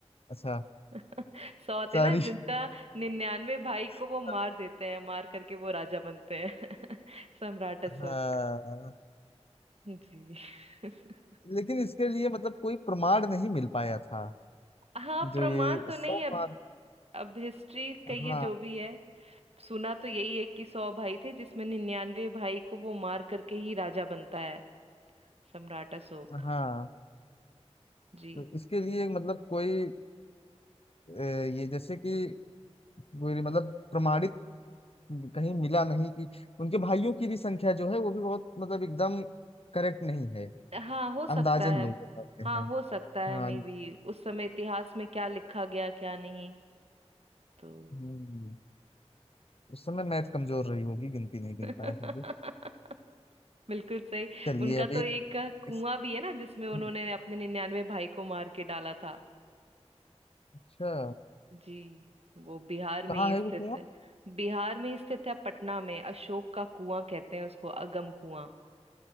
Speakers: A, on the left; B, on the right.
A: अच्छा
B: <laughs> सौ थे
A: सॉरी
B: ना जिनका निन्यानवे भाई को
A: <laughs>
B: वो मार देते हैं मार करके वो राजा बनते हैं <laughs> सम्राट अशोक
A: हाँ
B: जी <laughs>
A: लेकिन इसके लिए मतलब कोई प्रमाण नहीं मिल पाया था
B: हाँ
A: जो
B: प्रमाण
A: ये
B: तो
A: सौ
B: नहीं अब
A: मार
B: अब हिस्ट्री कहिए
A: हाँ
B: जो भी है सुना तो यही है कि सौ भाई थे जिसमें निन्यानवे भाई को वो मार करके ही राजा बनता है सम्राट अशोक
A: हाँ
B: जी
A: तो इसके लिए मतलब कोई अ, ये जैसे कि कोई मतलब प्रमाणित कहीं मिला नहीं कि उनके भाइयों की भी संख्या जो है वो भी बहुत मतलब एकदम करेक्ट नहीं है
B: हाँ हो सकता
A: अंदाजन
B: है
A: लोग बताते
B: हाँ
A: हैं
B: हो सकता है
A: हाँ
B: मे बी उस समय इतिहास में क्या लिखा गया क्या नहीं तो
A: हम्म, उस समय मैथ कमजोर रही होगी गिनती नहीं गिन
B: <laughs>
A: पाए होंगे
B: बिल्कुल सही
A: चलिए
B: उनका
A: अब ये
B: तो एक कुआं
A: इस-
B: भी है ना जिसमें उन्होंने
A: हम्म,
B: अपने निन्यानवे भाई को मार के डाला था
A: अच्छा
B: जी वो बिहार में
A: कहाँ
B: ही
A: है
B: स्थित
A: वो कुआं
B: है बिहार में ही स्थित है पटना में अशोक का कुआं कहते हैं उसको अगम कुआं